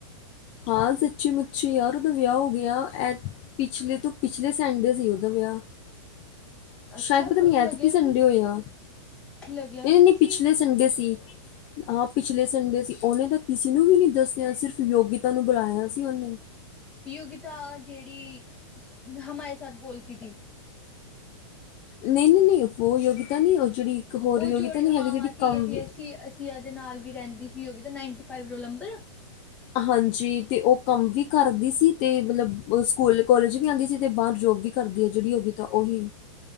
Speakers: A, on the left; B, in the centre.
A: ਹਾਂ, ਸੱਚੀ ਮੁੱਚੀ ਯਾਰ ਉਹਦਾ ਵਿਆਹ ਹੋ ਗਿਆ। ਪਿਛਲੇ ਤੋਂ ਪਿਛਲੇ ਸੈਂਡ ਸੀ ਉਹਦਾ ਵਿਆਹ
B: <inaudible> ਅੱਛਾ
A: ਸ਼ਾਇਦ ਪਤਾ ਨੀ ਐਤਕੀ
B: ਲੱਗਿਆ
A: ਸੰਡੇ
B: ਵੀ ਨੀ
A: ਹੋਇਆ
B: ਲੱਗਿਆ ਵੀ
A: ਏ ਨਹੀਂ ਪਿਛਲੇ
B: ਸੀ
A: ਸੰਡੇ ਸੀ ਹਾਂ ਪਿਛਲੇ ਸੰਡੇ ਸੀ ਉਹਨੇ ਤਾਂ ਕਿਸੇ ਨੂੰ ਵੀ ਨਹੀਂ ਦੱਸਿਆ ਸਿਰਫ ਯੋਗੀ ਤਾ ਨੂੰ ਬੁਲਾਇਆ ਸੀ ਉਹਨੇ,
B: ਯੋਗਿਤਾ ਆ ਜਿਹੜੀ ਹਮਾਰੇ ਸਾਥ ਬੋਲਤੀ ਤੀ।
A: ਨਈ ਨਈ ਨਈ ਉਹ ਯੋਗਿਤਾ ਨੀ ਉਹ ਜਿਹੜੀ ਹੋਰ
B: ਉਹ
A: ਯੋਗਿਤਾ
B: ਜੋੜ
A: ਨਹੀਂ ਹੈਗੀ
B: ਹਾਂ
A: ਜਿਹੜੀ
B: ਹਾਂ ਠੀਕ
A: ਕੰਮ
B: ਆ ਠੀਕ
A: ਵੀ
B: ਆ ਸੀ ਏ ਸੀ ਏ ਦੇ ਨਾਲ ਵੀ ਰਹਿੰਦੀ ਸੀ Yogita ninety five roll number.
A: ਹਾਂਜੀ, ਤੇ ਉਹ ਕੰਮ ਵੀ ਕਰਦੀ ਸੀ। ਤੇ ਮਤਲਬ ਸਕੂਲ ਕੋਲਜ ਵੀ ਆਂਦੀ ਸੀ ਤੇ ਬਾਹਰ ਜੋਬ ਵੀ ਕਰਦੀ ਐ ਜਿਹੜੀ ਯੋਗਤਾ ਉਹੀ